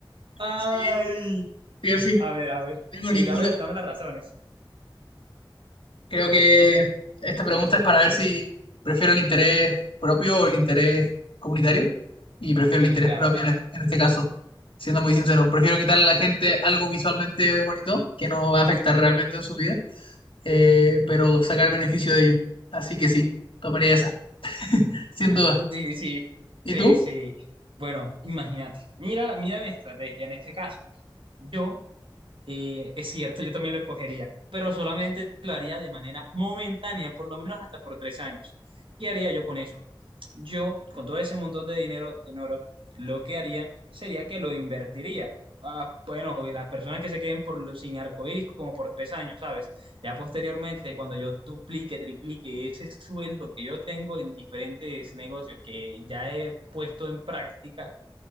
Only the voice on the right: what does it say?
Ay,
a
ver, a ver.
Sí,
a ver,
dame las razones.
Sí,
claro.
Sí, sí,
sí,
sí. Bueno, imagínate. Mira, mira mi estrategia en este caso. Yo Eh, es cierto, yo también lo escogería, pero solamente lo haría de manera momentánea, por lo menos hasta por tres años. ¿Qué haría yo con eso? Yo, con todo ese montón de dinero en oro, lo que haría sería que lo invertiría. Ah, bueno, las personas que se queden por, lo- sin arcoíris como por tres años, ¿sabes? Ya posteriormente, cuando yo duplique, triplique ese sueldo que yo tengo en diferentes negocios que ya he puesto en práctica,